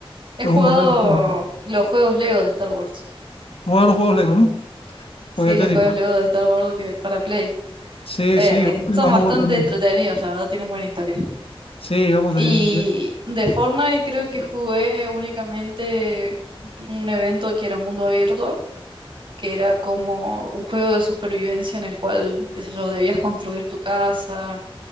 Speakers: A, on the right (about 55°); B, on the left (about 70°).
A: He
B: es
A: jugado
B: un buen aliciente.
A: los juegos Lego de Star Wars.
B: Tú los juegos Lego, ¿no?
A: Sí,
B: Pues ya te
A: los
B: digo.
A: juegos Lego de Star Wars que para Play.
B: Sí,
A: Eh,
B: sí, yo lo
A: son
B: he jugado
A: bastante
B: también.
A: entretenidos, la verdad, tienen buena historia.
B: Sí, vamos,
A: Y
B: de, de-
A: de Fortnite creo que jugué únicamente un evento que era mundo abierto, que era como un juego de supervivencia en el cual, qué sé yo, debías construir tu casa,